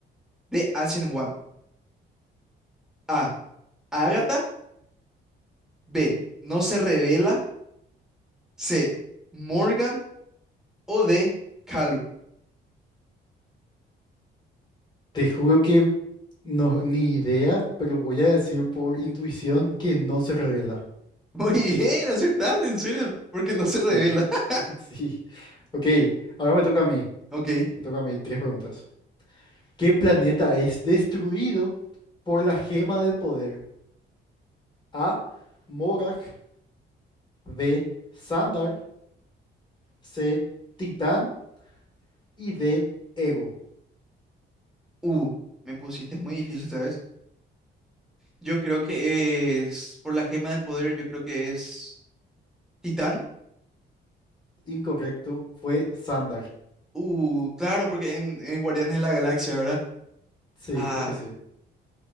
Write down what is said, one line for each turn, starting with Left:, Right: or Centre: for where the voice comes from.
Centre: de Ancient One? A. Agatha. B. No se revela. C. Morgan. O D. Kalu.
Left: Te juro que no, ni idea, pero voy a decir por intuición que no se revela.
Centre: <laughs> Muy bien, acertaste, en serio. Porque no se revela.
Left: Sí,
Centre: <laughs>
Left: <laughs> sí. Ok, ahora me toca a mí.
Centre: Ok.
Left: Me toca a mí tres preguntas. ¿Qué planeta es destruido por la gema del poder? A. Morag. B. Sandar. C. Titán. Y D. Ego.
Centre: Uh, me pusiste muy difícil, ¿sabes? Yo creo que es, por la gema del poder, yo creo que es Titán.
Left: Incorrecto, fue Sandar.
Centre: Uh, claro, porque en, en Guardianes de la Galaxia, ¿verdad?
Left: Sí,
Centre: Ah.
Left: creo que sí.